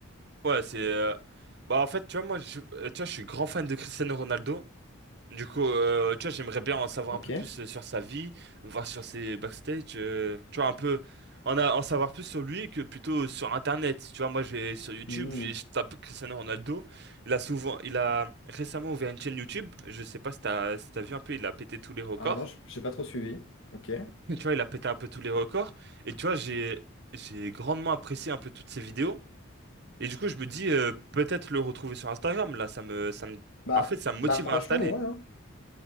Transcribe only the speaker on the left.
Ok.
Hmm.
Ah non, j- j'ai pas trop suivi. Ok.
Bah,
bah franchement,
ouais. hein.